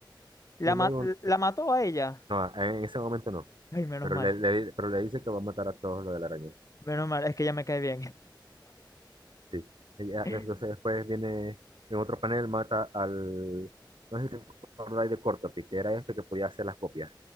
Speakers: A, on the left; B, on the right.
A: ¿La,
B: Y luego,
A: ma- la mató a ella?
B: no, en ese momento no,
A: Ay, menos
B: pero
A: mal.
B: le, le- pero le dice que va a matar a todos los de la araña.
A: Menos mal, es que ya me cae bien.
B: Sí. Ella,
A: <laughs>
B: entonces después viene en otro panel, mata al, no sé si te acordáis de Cortopi, que era este que podía hacer las copias,